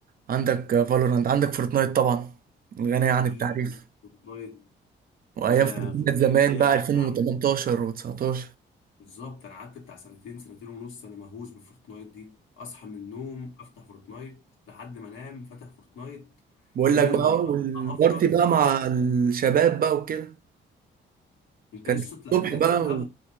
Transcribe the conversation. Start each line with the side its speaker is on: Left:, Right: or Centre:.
Right: عندك فالورانت عندك فورتنايت طبعا غنية عن
Left: اكيد
Right: التعريف
Left: فورتنايت
Right: وايام
Left: يا
Right: فورتنايت
Left: فورتنايت
Right: زمان
Left: دي
Right: بقى
Left: انا قعدت
Right: 2018
Left: العبها
Right: و19
Left: بالظبط انا قعدت بتاع سنتين سنتين ونص انا مهووس بفورتنايت دي اصحى من النوم افتح فورتنايت لحد ما انام فاتح فورتنايت
Right: بقول
Left: ده
Right: لك
Left: يومي
Right: بقى
Left: اصحى
Right: والبارتي
Left: افطر
Right: بقى
Left: فورتنايت
Right: مع الشباب بقى وكده
Left: انت
Right: كانت
Left: لسه تلع...
Right: الصبح
Left: انت لسه
Right: بقى
Left: تلعبها